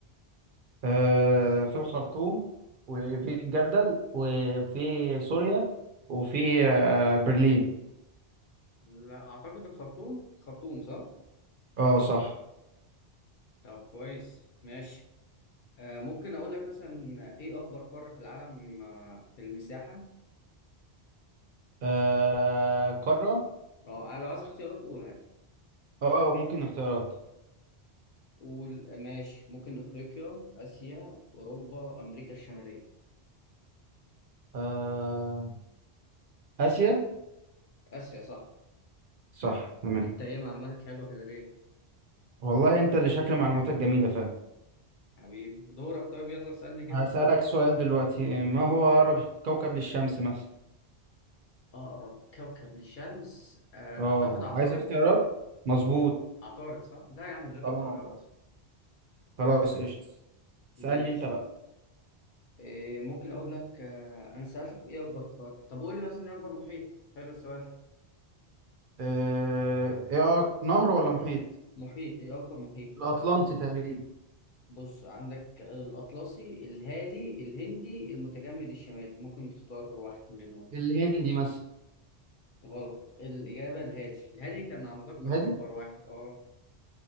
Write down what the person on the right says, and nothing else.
آه في الخرطوم وفي الجردل وفي سوريا وفي آه برلين
اه صح
آه قارة
اه ممكن اختيارات
آه آسيا
صح تمام
والله أنت اللي شكل معلوماتك جميلة فعلا
هسألك سؤال دلوقتي ما هو أقرب كوكب للشمس مثلا
اه
عايز اختيارات مظبوط
اه
خلاص قشطة اسألني
انت بقى
آه، ايه أق- نهر ولا محيط
الأطلنطي
تقريبا
الهندي مثلا
الهادي